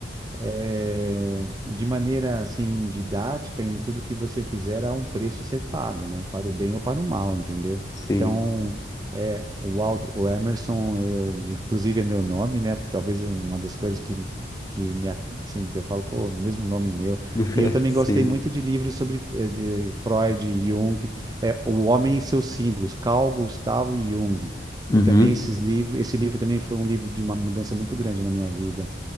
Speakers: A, on the right; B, on the left.
A: eh, de maneira assim didática em tudo que você fizer há um preço a ser pago, né? Para o bem ou para o mal, entendeu?
B: Sim.
A: Então, é, o Aldo, o Emerson, eu, inclusive é meu nome, né? Talvez uma das coisas que que me at- assim, que eu falo, pô, mesmo nome meu.
B: <laughs>
A: E eu também
B: Sim.
A: gostei muito de livros sobre eh, de Freud, Jung, é, O Homem e seus Símbolos, Carl Gustavo Jung.
B: Uhum.
A: E também esses livros, esse livro também foi um livro de uma mudança muito grande na minha vida